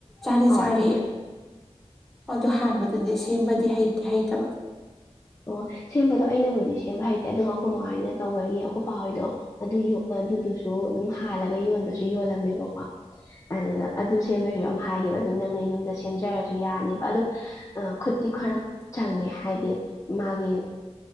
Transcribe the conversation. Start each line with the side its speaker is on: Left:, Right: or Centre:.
Centre: ꯆꯥꯗꯤ
Left: ꯑꯣ
Centre: ꯆꯥꯔꯦ
Left: ꯑꯗꯨꯅꯦ
Centre: ꯑꯗꯨ ꯍꯥꯟꯕꯗꯗꯤ ꯁꯦꯝꯕꯗꯤ ꯍꯩꯇꯦ ꯍꯩꯇꯕ
Left: ꯑꯣ ꯁꯦꯝꯕꯗꯣ ꯑꯩꯅꯕꯨꯗꯤ ꯁꯦꯝꯕ ꯍꯥꯏꯇꯦ ꯑꯗꯨꯝ ꯀꯃꯥꯏꯅ ꯇꯧꯕꯒꯤ ꯑꯩꯈꯣꯏꯄ ꯍꯣꯏꯗꯣ ꯑꯗꯨ ꯑꯗꯨꯗꯨꯁꯨ ꯑꯗꯨꯝ ꯍꯥꯜꯂꯒ ꯌꯣꯟꯕꯁꯨ ꯌꯣꯜꯂꯝꯃꯦꯕꯀꯣ ꯑꯗꯨꯗ ꯑꯗꯨ ꯁꯦꯝꯕꯩꯁꯨ ꯑꯃ ꯍꯥꯏꯒꯦꯕ ꯑꯗꯨꯝ ꯅꯪꯅ ꯌꯨꯝꯗ ꯁꯦꯝꯖꯔꯁꯨ ꯌꯥꯅꯦꯕ ꯑꯗ ꯈꯨꯇꯤꯈꯔ ꯆꯪꯉꯦ ꯍꯥꯏꯗꯤ ꯃꯥꯒꯤ